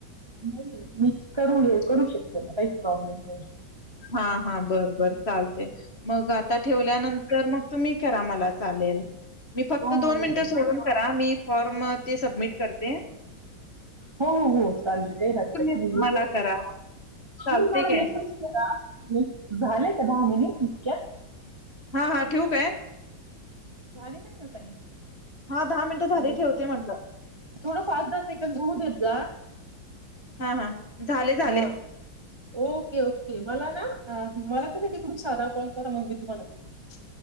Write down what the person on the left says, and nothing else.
हां हां बर बर. चालतंय. मग आता ठेवल्यानंतर मग तुम्ही करा मला चालेल. मी फक्त
दोन मिनिटं
सोडून करा मी फॉर्म अ, ते सबमिट करते.
तुम्ही
मला करा चालते
काय?
हां हां ठेवू काय?
हा दहा मिनिटं झाले
ठेवते म्हटलं.
हां हां झाले झाले.